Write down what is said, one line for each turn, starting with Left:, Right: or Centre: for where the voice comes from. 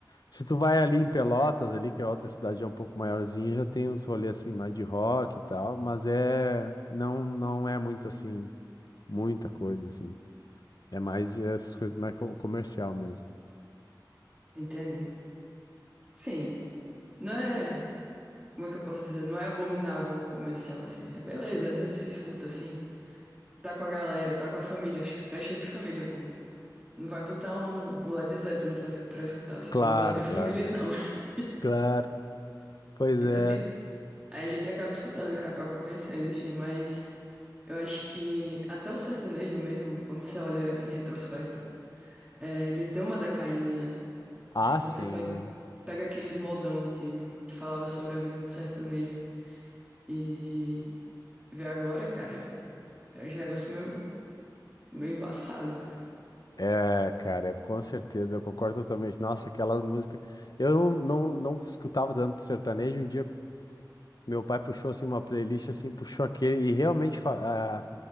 Left: se tu vai ali em Pelotas, ali, que é outra cidade é um pouco maiorzinha, já tem uns rolês assim mais de rock e tal, mas é não não é muito assim, muita coisa assim. É mais essas coisas mais co- comercial mesmo.
Right: entende? Sim, não é. Como é que eu posso dizer? Não é abominável o comercial, assim. É beleza, às vezes você escuta, assim. Tá com a galera, tá com a família, festa de família, pô. Não vai botar um, um Led Zeppelin pra, es- pra escutar, assim.
Left: Claro,
Right: Pelo menos a minha família
Left: claro.
Right: não. <laughs>
Left: Claro. Pois
Right: Então,
Left: é.
Right: tipo, aí a gente acaba escutando, acaba conhecendo, enfim, mas. Eu acho que até o sertanejo mesmo, quando você olha em retrospecto, é, ele deu uma decaída, né?
Left: Ah,
Right: Assim, quando
Left: sim.
Right: você pega, pega aqueles modão antigo que falava sobre a vida do sertanejo e vê agora, cara, é um negócio meio, meio embaçado, cara.
Left: É, cara, é- com certeza, eu concordo totalmente. Nossa, aquelas músicas. Eu não, não, não escutava tanto sertanejo. Um dia Meu pai puxou assim uma playlist assim, puxou aquele e realmente fa- ah,